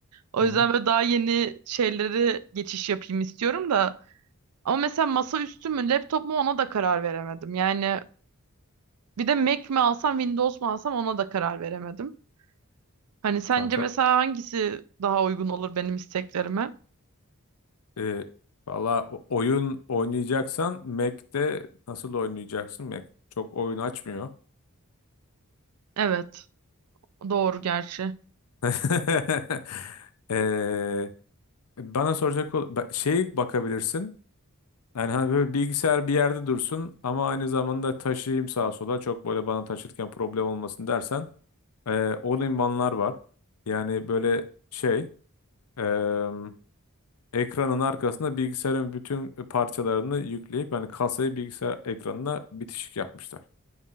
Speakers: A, on the right; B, on the left.
A: O
B: hı,
A: yüzden
B: hı.
A: böyle daha yeni şeyleri geçiş yapayım istiyorum da. Ama mesela masaüstü mü laptop mu ona da karar veremedim. Yani bir de Mac mi alsam Windows mu alsam ona da karar veremedim. Hani sence
B: kanka
A: mesela hangisi daha uygun olur benim isteklerime?
B: e, valla o- oyun oynayacaksan Mac'te nasıl oynayacaksın? Mac çok oyun açmıyor.
A: Evet, doğru gerçi.
B: <laughs> Ee, bana soracak ol ba- şey bakabilirsin. Yani hani böyle bilgisayar bir yerde dursun ama aynı zamanda taşıyayım sağa sola çok böyle bana taşırken problem olmasın dersen eee o limanlar var. Yani böyle şey eee, ekranın arkasında bilgisayarın bütün parçalarını yükleyip yani kasayı bilgisayar ekranına bitişik yapmışlar.